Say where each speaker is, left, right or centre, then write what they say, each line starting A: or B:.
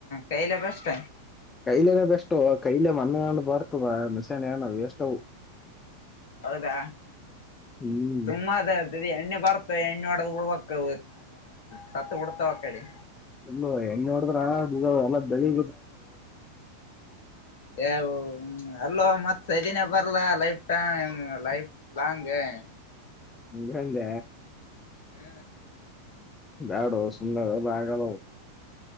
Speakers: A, on the left (about 50°); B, on the left (about 20°).
A: ಕೈಲೆ ಬೆಸ್ಟ್
B: ಕೈಲೆನ ಬೆಸ್ಟು ಕೈಲೆ ಮಣ್ಣು ಬರ್ತದ ಮಿಷನ್ ಏನೋ ವೇಸ್ಟ್
A: ಹೌದಾ
B: ಹ್ಮ್
A: ತುಂಬಾ ಕತ್ತತ್ತಿ ತಡಿ ಎಣ್ಣೆ. ಬರ್ತಾವ ಎಣ್ಣೆ ಹೊಡೆದು ಬಿಡಬೇಕು ಸತ್ತು ಬಿಡ್ತವೆ ಆ ಕಡೆ
B: ಇಲ್ಲ ಮಾವ ಎಣ್ಣೆ ಹೊಡದ್ರೆ ಬೆಳೆ
A: ಎ ಅಲ್ಲೋ ಮತ್ತ ಸೀಸನ್ ನಾಗ ಬರ್ಲಾ ಲೈಫ್ ಟೈಮ್ ಲೈಫ್ ಲಾಂಗ್. ಹೆ
B: ಹಿಂಗಂದ.
A: ಹ್ಮ
B: ಬ್ಯಾಡೋ ಸುಮ್ನಿರು ಇದು ಆಗೋದಿಲ್ಲ ಅವು